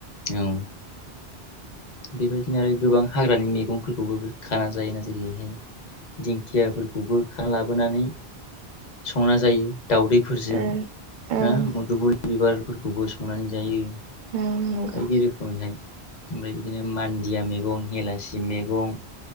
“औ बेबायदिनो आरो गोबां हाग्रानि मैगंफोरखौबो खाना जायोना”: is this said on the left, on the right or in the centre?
Left